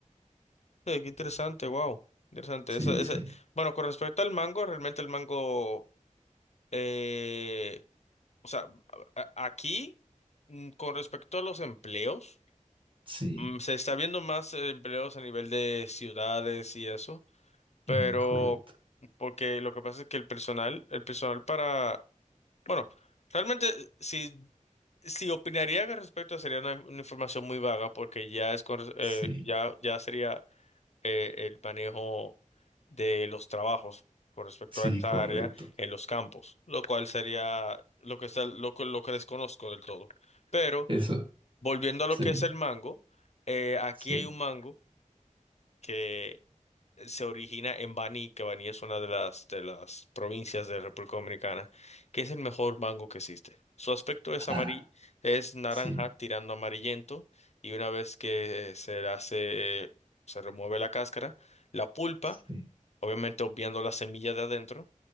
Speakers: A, on the left; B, on the right.
A: Sí, qué interesante, wow. Interesante.
B: Sí,
A: Esa- esa-
B: sí,
A: Bueno, con respecto al mango, realmente el mango, eh, o sea, a- a- aquí, mm, con respecto a los empleos,
B: sí,
A: mm, se está viendo más eh, empleos a nivel de ciudades y eso, pero
B: mm, correcto.
A: porque lo que pasa es que el personal, el personal para, bueno, realmente eh, si, si opinaría con respecto sería una, una información muy vaga porque ya es con, res- eh,
B: Sí,
A: ya, ya sería eh, el manejo de los trabajos con respecto
B: sí,
A: a esta
B: correcto.
A: área en los campos, lo cual sería lo que está, lo, que- lo que desconozco del todo. Pero
B: Eso,
A: volviendo a lo
B: sí,
A: que es el mango, eh, aquí
B: sí.
A: hay un mango que se origina en Baní, que Baní es una de las, de las provincias de República Dominicana, que es el mejor mango que existe. Su aspecto es amarillo,
B: Ah,
A: es naranja
B: sí,
A: tirando amarillento y una vez que se le hace, se remueve la cáscara, la pulpa,
B: sí,
A: obviamente obviando la semilla de adentro,